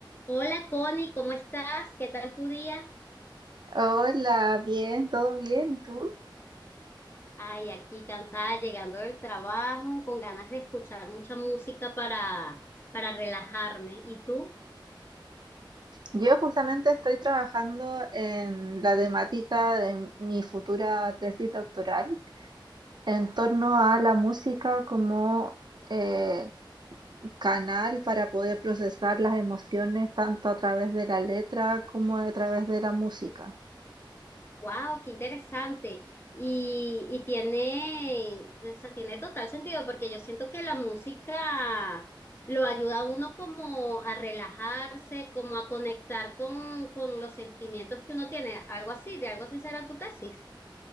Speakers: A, on the left; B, on the right.
A: Hola Connie, ¿cómo estás? ¿Qué tal tu día?
B: Hola, bien, todo bien, ¿y tú?
A: Ay, aquí cansada, llegando del trabajo, con ganas de escuchar mucha música para, para relajarme. ¿Y tú?
B: Yo justamente estoy trabajando en la temática de mi futura tesis doctoral en torno a la música como eh, canal para poder procesar las emociones tanto a través de la letra como a través de la música.
A: ¡Wow! ¡Qué interesante! Y, y tiene, o sea, tiene total sentido porque yo siento que la música lo ayuda a uno como a relajarse, como a conectar con, con los sentimientos que uno tiene. Algo así, de algo así será tu tesis.